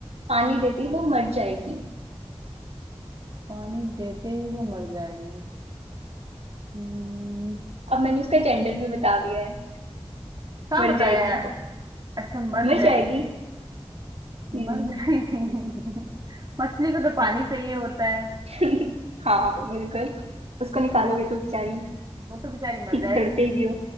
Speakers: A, on the right; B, on the right.
A: पानी देती
B: पान-
A: वो मर जाएगी
B: पानी देते ही वो मर जाएगी हम्म,
A: अब मैंने उसका जेंडर भी बता दिया है
B: कहाँ
A: मर
B: बताया
A: जाएगी
B: अच्छा मर
A: मर
B: जाएगी
A: जाएगी हम्म
B: मर जाएगी <laughs> मछली को तो पानी चाहिए होता है
A: <laughs> हाँ बिल्कुल उसको निकालोगे
B: ये
A: तो बेचारी
B: वो तो बेचारी
A: <laughs>
B: मर जाएगी
A: तड़पेगी वो